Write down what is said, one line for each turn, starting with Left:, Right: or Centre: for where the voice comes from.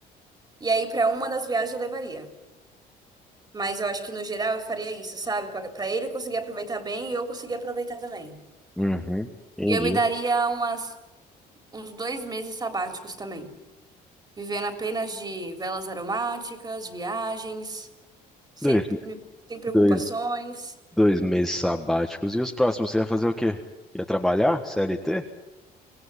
Right: E aí, pra uma das viagens eu levaria. Mas eu acho que no geral eu faria isso, sabe? Pra pra ele conseguir aproveitar bem e eu conseguir aproveitar também.
Centre: Uhum. Entendi.
Right: E eu me daria umas, uns dois meses sabáticos também. Vivendo apenas de velas aromáticas, viagens, sem,
Centre: Dois,
Right: sem preocupações.
Centre: dois, dois meses sabáticos. E os próximos você ia fazer o quê? Ia trabalhar? CLT?